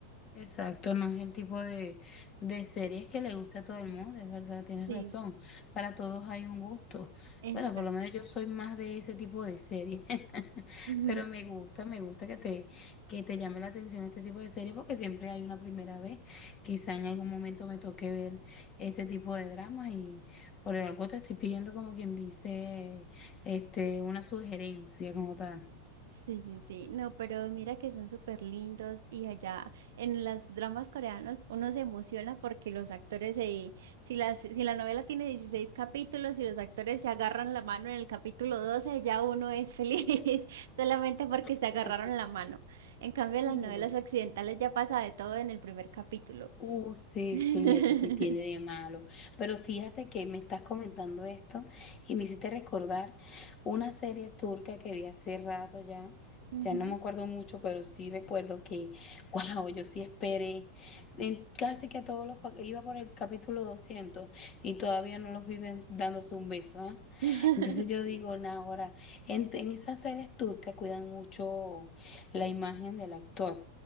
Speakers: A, on the left; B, on the right.
A: Exacto, no es el tipo de, de series que le gusta a todo el mundo, es verdad, tienes
B: Sí.
A: razón. Para todos hay un gusto.
B: Exacto.
A: Bueno, por lo menos yo soy más de ese tipo de series, <laughs>
B: <laughs>
A: pero me gusta, me gusta que te, que te llame la atención este tipo de series porque siempre hay una primera vez. Quizá en algún momento me toque ver este tipo de dramas y por algo te estoy pidiendo como quien dice, este, una sugerencia como tal.
B: Sí, sí, sí. No, pero mira que son súper lindos y allá en las dramas coreanos uno se emociona porque los actores se, si las, si la novela tiene 16 capítulos y los actores se agarran la mano en el capítulo 12 ya uno es feliz <laughs> solamente porque se
A: <laughs>
B: agarraron la mano. En cambio, en
A: Mire.
B: las novelas occidentales ya pasa de todo en el primer capítulo.
A: Uh, sí,
B: <laughs>
A: sí, eso sí tiene de malo. Pero fíjate que me estás comentando esto y me hiciste recordar una serie turca que vi hace rato ya.
B: Ujú.
A: Ya no me acuerdo mucho, pero sí recuerdo que, <laughs> wow, yo sí esperé. En casi que todos los, pa- iba por el capítulo 200 y todavía no los viven dándose un beso, ah
B: <laughs>
A: entonces yo digo,
B: Sí,
A: nah, ahora, en, en esas series turcas cuidan mucho la imagen del actor.